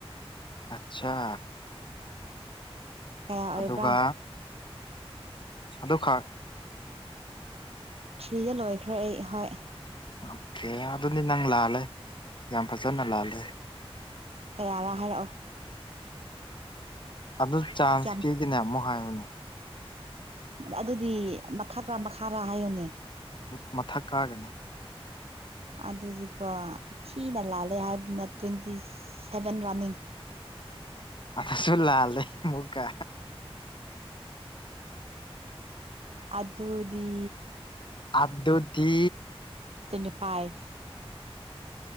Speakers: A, on the left; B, on the right.
A: ꯑꯆꯥꯆꯥ
B: ꯀꯌꯥ ꯑꯣꯏꯕ꯭ꯔꯥ
A: ꯑꯗꯨꯒ ꯑꯗꯨꯈꯛ
B: ꯊ꯭ꯔꯤꯗ ꯂꯣꯏꯈ꯭ꯔꯦ ꯑꯩ ꯍꯣꯏ
A: ꯑꯣꯀꯦ ꯑꯗꯨꯅꯤ ꯅꯪ ꯂꯥꯜꯂꯦ ꯌꯥꯝ ꯐꯖꯅ ꯂꯥꯜꯂꯦ
B: ꯀꯌꯥꯔꯥ ꯍꯥꯏꯔꯛꯑꯣ
A: ꯑꯗꯨ ꯆꯥꯟꯁ
B: ꯀꯌꯥꯝ
A: ꯄꯤꯒꯅꯦ ꯑꯃꯨꯛ ꯍꯥꯏꯌꯨꯅꯦ
B: ꯑꯗꯨꯗꯤ ꯃꯊꯛꯔ ꯃꯈꯥꯔꯥ ꯍꯥꯏꯌꯨꯅꯦ
A: ꯃꯊꯛ ꯀꯥꯒꯅꯤ
B: ꯑꯗꯨꯗꯤꯀꯣ ꯊꯤꯅ ꯂꯥꯜꯂꯦ ꯍꯥꯏꯕꯅ ꯇ꯭ꯋꯦꯟꯇꯤ ꯁꯚꯦꯟ ꯔꯥꯅꯤꯡ
A: ꯑꯁꯨ ꯂꯜꯂꯦ ꯃꯨꯛꯀ
B: ꯑꯗꯨꯗꯤ
A: ꯑꯗꯨꯗꯤ
B: ꯇꯣꯏꯅꯤꯐꯥꯏꯠ